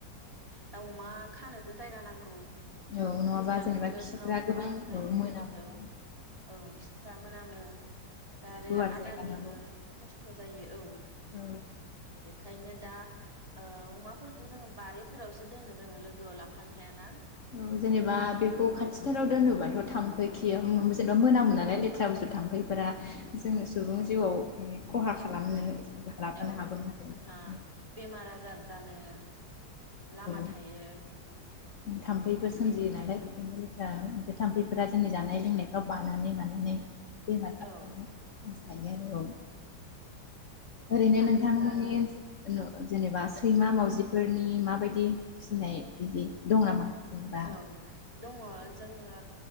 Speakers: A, on the right; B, on the left.
A: दा अमा खानोबो जायगा नां दैज्लां
B: औ नङाबा जेनेबा
A: बोथोरफ्राव
B: खिफ्रा गोबां
A: खस्थ' जायो
B: औ मोनामो
A: औ
B: ना
A: औ खिफ्रा मोनामो दा आरो
B: गुवार
A: आदारनिबो
B: जायगा नांगौ
A: खस्थ' जायो औ
B: औ
A: बेखायनो दा ओ अमाफोरखौ जोङो बारिफोरावसो दोनो जोङो लोगोआव लाफानो हायाना।
B: औ जेनेबा बेखौ खाथिथाराव दोनोबाथ' थाम्फै खियो जेनेबा मोनामोन नालाय लेथ्रा बुस्थु थाम्फैफोरा जोङो सुबुं
A: औ
B: जिउआव माने खहा खालामनो लाबोनो
A: औ
B: हागौ आरो
A: जोंहा बेमार आजार जानो लामा
B: औ
A: थायो।
B: थाम्फैफोर सोमजियो
A: बेनिखायनो
B: नालाय बेफोरनो लेथा थाम्फैफोरा जोंनि जानाय लोंनाय बानानै मानानै बेमार साबफानो
A: औ
B: चान्स थायो आरो औ ओरैनो
A: बे थाम्फैफ्रा
B: नोंथांमोननि ओ <unintelligible> जेनेबा सैमा मावजिफोरनि माबायदि फिनाय बिदि दं नामा? जेनेबा
A: औ दङ जोङो